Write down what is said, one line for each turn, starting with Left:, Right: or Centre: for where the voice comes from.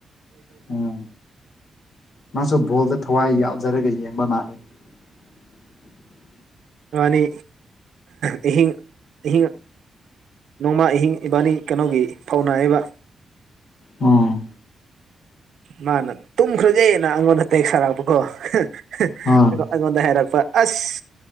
Left: ꯎꯝ ꯃꯥꯁꯨ ꯕꯣꯜꯗ ꯊꯋꯥꯏ ꯌꯥꯎꯖꯔꯒ ꯌꯦꯡꯕ ꯃꯥꯂ <unintelligible>
Right: ꯅꯤ ꯇ ꯇ ꯅꯣꯡꯃꯥ ꯑꯍꯤꯡ ꯏꯕꯥꯅꯤ ꯀꯩꯅꯣꯒꯤ ꯐꯧꯅꯥꯏꯌꯦꯕ
Left: ꯑ
Right: ꯃꯥꯅ ꯇꯨꯝꯈ꯭ꯔꯖꯩꯩꯅ ꯑꯩꯉꯣꯟꯗ ꯇꯦꯛ ꯁꯥꯔꯛꯄꯀꯣ ꯑꯩꯉꯣꯟꯗ
Left: ꯑꯥ
Right: ꯍꯥꯏꯔꯛꯄ ꯑꯁ